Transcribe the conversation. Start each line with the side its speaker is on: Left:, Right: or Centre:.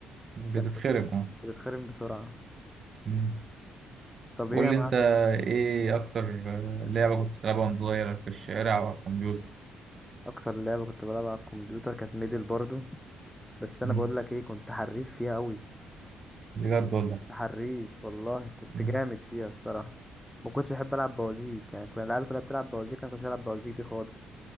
Right: بتتخرب
Centre: كانت بت-
Right: اه
Centre: بتتخرم بسرعة
Right: مم.
Centre: طب ايه
Right: قول
Centre: يا
Right: لي
Centre: معلم
Right: انت ايه أكتر آه، لعبة كنت بتلعبها وأنت صغير في الشارع أو على الكمبيوتر
Centre: اكتر لعبه كنت بلعب على الكمبيوتر كانت ميدل برضه بس انا
Right: مم.
Centre: بقول لك ايه كنت حريف فيها قوي
Right: بجد والله
Centre: حريف والله كنت
Right: مم.
Centre: جامد فيها الصراحه ما كنتش بحب العب بوازيك يعني كنا العيال كلها بتلعب بوازيك انا ما كنتش بلعب بوازيك دي خالص